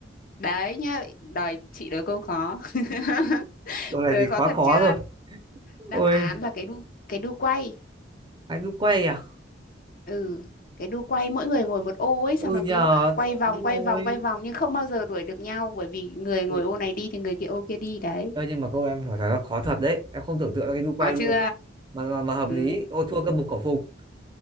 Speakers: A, on the left; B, on the right.
A: Đấy nhá, đòi chị đố câu khó. <laughs>
B: câu này
A: Từ
B: thì
A: khó
B: quá
A: thật
B: khó
A: chưa?
B: rồi
A: Đáp
B: ôi
A: án là cái đu cái đu quay.
B: anh đu quay à
A: ừ cái đu quay mỗi người ngồi một ô ấy xong
B: ừ
A: nó
B: nhờ
A: cứ quay vòng
B: đúng
A: quay
B: rồi
A: vòng quay vòng nhưng không bao giờ đuổi được nhau bởi vì người ngồi
B: Ừ,
A: ô này đi thì người kia ô kia đi đấy
B: Ơ nhưng mà câu em hỏi thật là khó thật đấy Em không tưởng tượng ra cái đu quay
A: có
B: luôn
A: chưa
B: Mà mà, mà hợp
A: ừ
B: lý Ô thua cơm bục khẩu phục